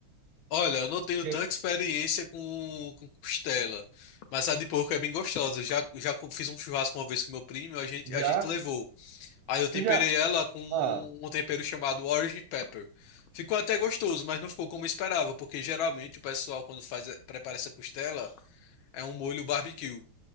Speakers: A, on the left; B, on the right.
A: Olha, eu não tenho
B: Que
A: tanta
B: é-
A: experiência com, com costela, mas a de porco é bem gostosa. Já, já co- fiz um churrasco uma vez com meu primo, a gente,
B: Já?
A: a gente levou. Aí eu temperei
B: Tu já?
A: ela com
B: Ah,
A: um tempero chamado Orange Pepper. Ficou até gostoso, mas não ficou como eu esperava, porque geralmente o pessoal, quando faz, prepara essa costela, é um molho barbecue.